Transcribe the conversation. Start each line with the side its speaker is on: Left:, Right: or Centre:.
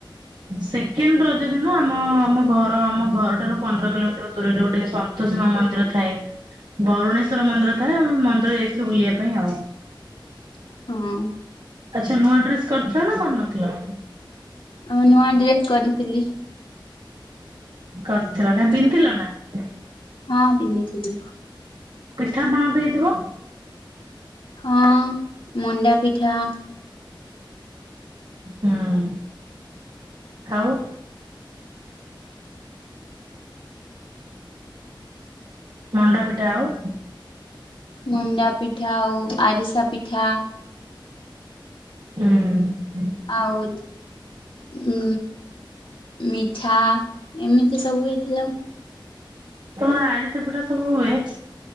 Right: ସେକେଣ୍ଡ ରଜ ଦିନ ଆମ ଆମ ଘର ଆମ ଘର ଠାରୁ ପନ୍ଦର କିଲୋମିଟର ଦୂରରେ ଗୋଟେ ସନ୍ତୋସୀ ମା ମନ୍ଦିର ଥାଏ। ବରୁଣେଶ୍ୱଵର ମନ୍ଦିର ଥାଏ ମନ୍ଦିର ଯାଇଥିଲି ବୁଲିବା ପାଇଁ ଆଉ।
Left: ହଁ।
Right: ଆଚ୍ଛା ନୂଆ ଡ୍ରେସ୍ କରିଥିଲ ନାଁ କରିନଥିଲ?
Left: ଆ ନୂଆ ଡ୍ରେସ୍ କରିଥିଲି
Right: କରିଥିଲ ନା ପିନ୍ଧଥିଲ ନାଁ?
Left: ହଁ ପିନ୍ଧିଥିଲି
Right: ପିଠାପଣା ତ ହେଇଥିବ।
Left: ହଁ ମଣ୍ଡା ପିଠା
Right: ହୁଁ। ଆଉ ମଣ୍ଡା ପିଠା ଆଉ
Left: ମଣ୍ଡା ପିଠା ଆଉ ଆରିସା ପିଠା
Right: ହୁଁ।
Left: ଆଉ ଉ ମିଠା ଏମିତି ସବୁହେଇଥିଲା।
Right: ତମର ଆରିସା ପିଠା ସବୁ ହୁଏ?